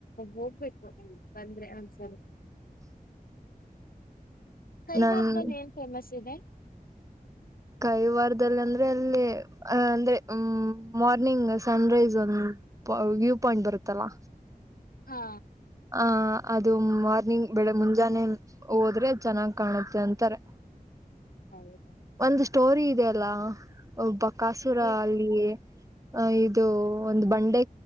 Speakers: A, on the left; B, on the right.
A: ಹೋಗ್ಬೇಕು... ಬಂದ್ರೆ ಹ ಸರಿ.. ಕೈಗಾರದಲ್ಲಿ
B: ನನ್
A: ಏನ್ ಫೇಮಸ್ ಇದೆ???
B: ಕೈ ವಾರದಲ್ಲಿ ಅಂದ್ರೆ ಅಲ್ಲಿ ಅಂದ್ರೆ ಮಾರ್ನಿಂಗ್ ಸನ್ ರೈಸ್ ಒಂದು ವ್ಯೂ ಪಾಯಿಂಟ್ ಬರುತ್ತಲ್ಲ.
A: ಹಾ
B: ಹ ಅದು ಮಾರ್ನಿಂಗ್ ಬೆಳೆಗ್ ಮುಂಜಾನೆ ಹೋದ್ರೆ ಚೆನ್ನಾಗ್ ಕಾಣುತ್ತೆ ಅಂತಾರೆ..
A: ಹೌದ.
B: ಒಂದು ಸ್ಟೋರಿ ಇದೆ ಅಲ್ಲಾ ಒಬ್ಬ.. ಕಾಸುರ....
A: ಏನ್-
B: ಅಲ್ಲಿ ಹ ಇದು ಇದು ಒಂದ ಬಂಡೆ